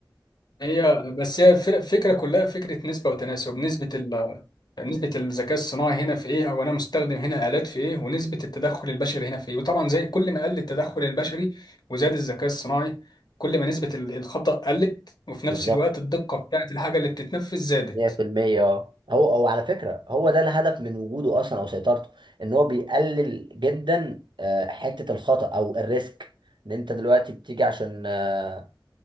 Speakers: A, on the left; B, on the right.
A: هي بس هي الفر- الفكره كلها فكره نسبه وتناسب نسبه ال نسبة الذكاء الصناعي هنا في ايه او انا مستخدم هنا آلات في ايه ونسبة التدخل البشري هنا في ايه وطبعا زي كل ما قل التدخل البشري وزاد الذكاء الصناعي كل ما نسبة ال- الخطأ قلت وفي
B: بالظبط
A: نفس الوقت الدقة بتاعت الحاجة اللي بتتنفذ زادت
B: 100% اه هو او على فكره هو ده الهدف من وجوده اصلا او سيطرته ان هو بيقلل جدا آه، حته الخطا او الريسك ان انت دلوقتي بتيجي عشان آه،